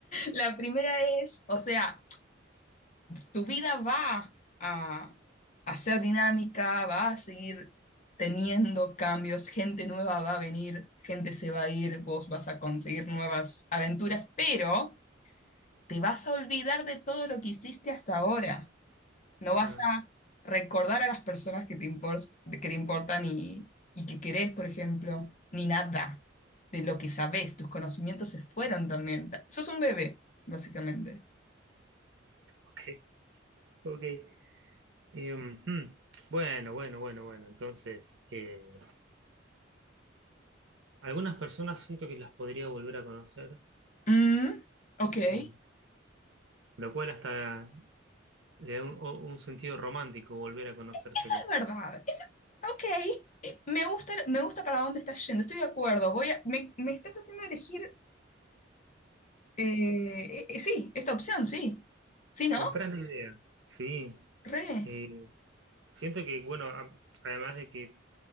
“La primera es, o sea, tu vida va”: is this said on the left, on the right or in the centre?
Left